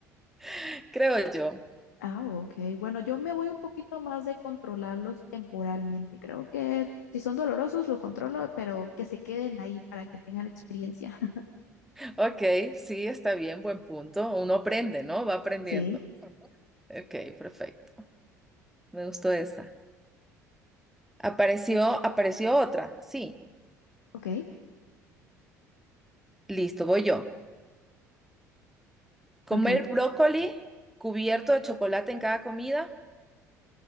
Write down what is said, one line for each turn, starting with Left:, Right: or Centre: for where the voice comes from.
Centre: <laughs> creo yo.
Left: Ah, ok. Bueno, yo me voy un poquito más de controlarlos temporalmente. Creo que si son dolorosos, lo controlo, pero que se queden ahí para que tengan experiencia. <laughs>
Centre: Ok, sí, está bien, buen punto. Uno aprende, ¿no? Va aprendiendo.
Left: Sí,
Centre: Ok, perfecto. Me gustó esa. Apareció, apareció otra. Sí,
Left: ok,
Centre: listo, voy yo. Comer
Left: ok.
Centre: brócoli cubierto de chocolate en cada comida